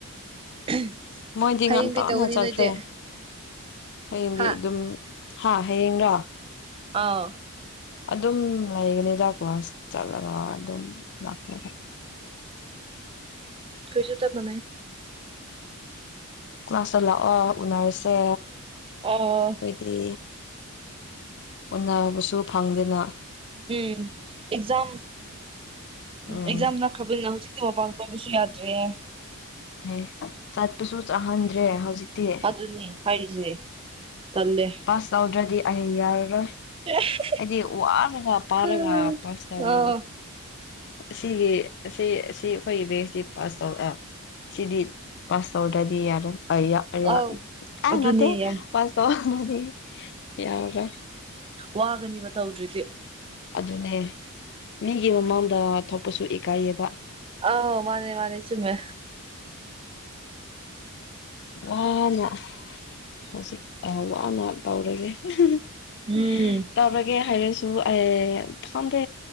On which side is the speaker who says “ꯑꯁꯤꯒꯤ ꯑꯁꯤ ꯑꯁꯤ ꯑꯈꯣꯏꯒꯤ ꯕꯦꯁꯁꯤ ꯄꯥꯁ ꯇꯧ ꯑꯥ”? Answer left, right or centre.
Left